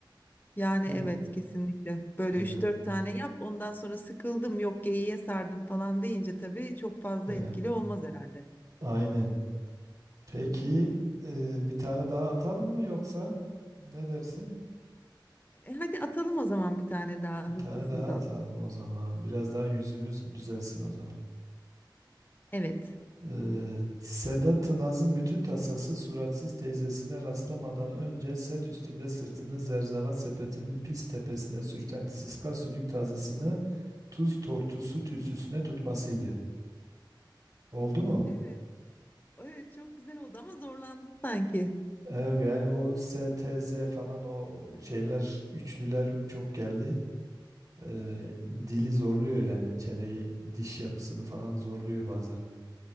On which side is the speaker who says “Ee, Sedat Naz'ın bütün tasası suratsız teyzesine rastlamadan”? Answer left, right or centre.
Right